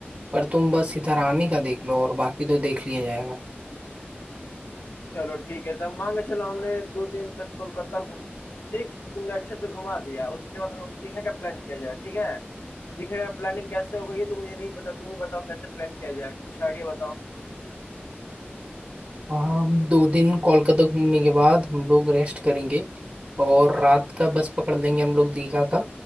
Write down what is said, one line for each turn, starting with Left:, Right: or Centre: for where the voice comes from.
Right: पर तुम बस इधर आने का देख लो और बाकी तो देख लिया जाएगा
Left: चलो ठीक है तब मान के चलो हमने दो दिन तक कोलकाता घूम ठीक तुमने अच्छे से घुमा दिया उसके बाद हम लोग दीघा का प्लान किया जाए ठीक है दीघा का प्लानिंग कैसे होगा ये तो मुझे नहीं पता तुम ही बताओ कैसे प्लान किया जाए कुछ आइडिया बताओ
Right: हम दो दिन कोलकाता घूमने के बाद हम लोग रेस्ट करेंगे और रात का बस पकड़ लेंगे हम लोग दीघा का